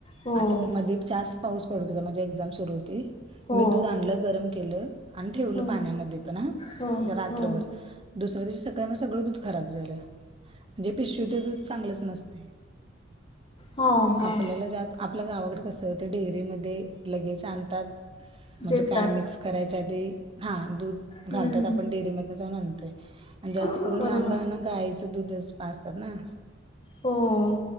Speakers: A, on the left (about 30°); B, on the right (about 30°).
A: हो.
B: आता मध्ये जास्त पाऊस पडत होता माझी एक्झाम सुरू होती
A: हो.
B: मी दूध आणलं गरम केलं आणि ठेवलं
A: हो.
B: पाण्यामध्ये पण हा
A: हो.
B: रात्रभर
A: हो.
B: दुसऱ्या दिवशी सकाळी म सगळं दूध खराब झालं म्हणजे पिशवी ते दूध चांगलंच नसतं
A: हो, हां.
B: आपल्याला जास्त आपल्या गावाकडे कस ते डेअरीमध्ये लगेच आणतात म्हणजे
A: देतात.
B: काय आम्ही मिक्स करायच्या आधी हा दूध घालतात
A: हं.
B: आपण डेअरी मधन जाऊन आणाय देतोय अन जास्त
A: बरोबर.
B: करून लहान मुलांना गायचं दुध पाजतात ना
A: हो